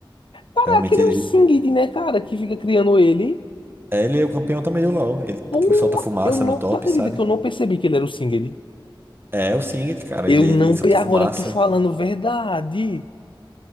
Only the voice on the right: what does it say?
Realmente
ele,
ele é o campeão também do LoL. Ele
que solta fumaça
no top,
sabe?
É o Singed, cara.
Ele, ele
solta
fumaça.